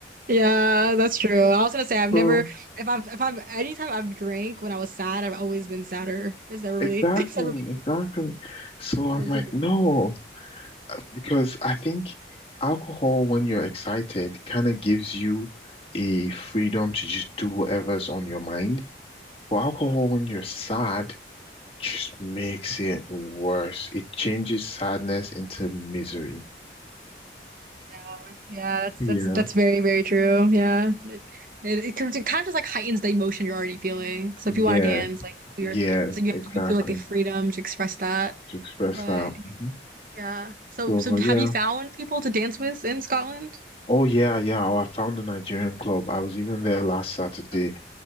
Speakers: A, on the right (about 50°); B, on the left (about 30°).
A: Yeah, that's true. I was gonna say I've never
B: So
A: if I've if I've anytime I've drank when I was sad, I've always been sadder. It's never
B: exactly,
A: really <laughs> it's never
B: exactly.
A: made
B: So
A: never
B: I'm
A: improved
B: like,
A: my
B: no,
A: mood.
B: because I think alcohol when you're excited kind of gives you a freedom to just do whatever's on your mind. But alcohol
A: Yeah.
B: when you're sad just makes it worse. It changes sadness into misery.
A: Yeah. Yeah, that's
B: Yeah,
A: that's that's very, very true. Yeah. It it, it, kind of it kind of just like heightens the emotion you're already feeling. So
B: yeah,
A: if you want to dance, like you're
B: yeah,
A: it's like you
B: exactly.
A: have to you feel like the freedom to express that.
B: To express
A: But
B: that. Mhm.
A: yeah. So
B: So,
A: so
B: but
A: have
B: yeah.
A: you found people to dance with in Scotland?
B: Oh, yeah, yeah. Oh, I found a Nigerian club. I was even there last Saturday.
A: That's-